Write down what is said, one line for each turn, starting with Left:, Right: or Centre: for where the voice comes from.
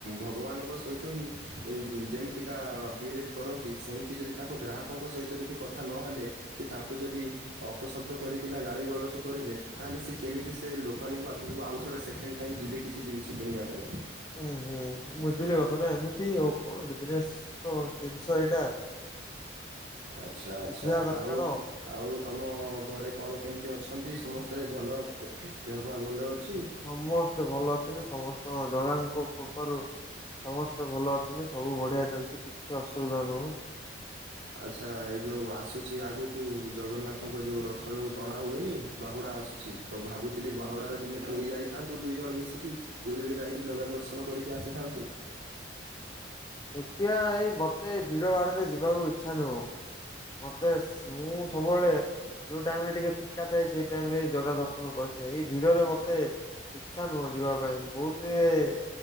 Right: ଭଗବାନଙ୍କ ସହିତ ହିଁ ଏ ଯେମିତିକା ବିହେଭ୍ କରନ୍ତି ସେମିତି ଯଦି ତାଙ୍କ ଗ୍ରାହକଙ୍କ ସହିତ ଯଦି କଥା ନହେଲେ କି ତାଙ୍କୁ ଯଦି ଅପଶବ୍ଦ କରିକିନା ଗାଳି ଗୋଳଜ କରିଲେ ତାହେଲେ ସି କେମିତି ସେ ଲୋକାନୀଙ୍କ ପାଖକୁ ଆଉ ଥରେ ସେ କେଣ୍ଡ ଟାଇମ ଯିବେ କିଛି ଜିନିଷ କିଣିବା ପାଇଁ
Left: ହୁଁ ହୁଁ ବୁଝିଲି କଥା ନା ଏମିତି ଆଉ କଣ ବିଜନେସ ତ ଜିନିଷ ଏଇଟା
Right: ଆଚ୍ଛା ଆଚ୍ଛା
Left: ବୁଝିବା ଦରକାର
Right: ଆଉ ଆଉ ତମ ଘରେ କଣ କେମିତି ଅଛନ୍ତି ସମସ୍ତେ ଭଲ ଦେହପା ଭଲ ଅଛି?
Left: ସମସ୍ତେ ଭଲ ଅଛନ୍ତି ସମସ୍ତଙ୍କ ଜଗାଙ୍କ କୃପାରୁ ସମସ୍ତେ ଭଲ ଅଛନ୍ତି ସବୁ ବଢିଆ ଚାଲିଛି କିଛି ଅସୁବିଧା ନୁହୁଁ।
Right: ଆଚ୍ଛା ଏଇ ଯେଉଁ ଆସୁଛି ଆଗକୁ ଜଗନ୍ନାଥଙ୍କ ଯେଉଁ ରଥ ଟଣା ଯେଉଁ ଟଣା ହୁଏନି। ବାହୁଡ଼ା ଆସୁଛି ତ ଭାବୁ ଥିଲି ବାହୁଡ଼ାରେ ଦିନେ ପୁରୀ ଯାଇଥାନ୍ତୁ ଦୁଇ ଜଣ ମିଶିକି ପୁରୀରେ ଯାଇକି ଜାଗା ଦର୍ଶନ କରିକି ଆସିଥାନ୍ତୁ।
Left: ଦେଖିଆ ଏଇ ମତେ ଭିଡ ଭାଡରେ ଯିବାକୁ ଇଚ୍ଛା ନୁହଁ। ମତେ ମୁଁ ସବୁ ବେଳେ ଯୋଉ ଟାଇମ ରେ ଟିକେ ଫାଙ୍କା ଥାଏ ସେଇ ଟାଇମ ରେ ଜଗା ଦର୍ଶନ କରିଥାଏ। ଏଇ ଭିଡ଼ ରେ ମୋତେ ଇଚ୍ଛା ନୁହଁ ଯିବା ପାଇଁ। ବହୁତ ହିଁ